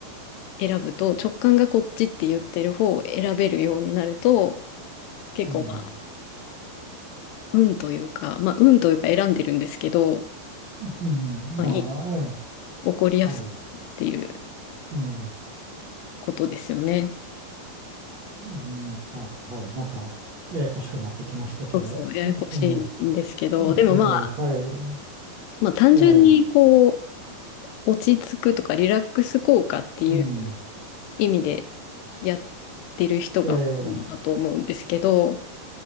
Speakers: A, on the left; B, on the right.
A: 選ぶと、直感がこっちって言ってる方を選べるようになると、結構まあ、
B: うん、
A: 運というか、まあ、運というか選んでるんですけど、
B: うんまあ、
A: まあ、いい、
B: ええ、
A: 起こりやすいっていう
B: はい、うん。
A: ことですよね。
B: うん、はい、はい。なんか、ややこしくなってきましたけど、
A: そうそう、ややこしいんですけど、
B: うんとね、うんけど、
A: でもまあ、
B: はい、
A: まあ単純にこう、
B: ええ
A: 落ち着くとかリラックス効果っていう
B: うん、
A: 意味でやってる人が多いのだと思うんですけど、
B: ええ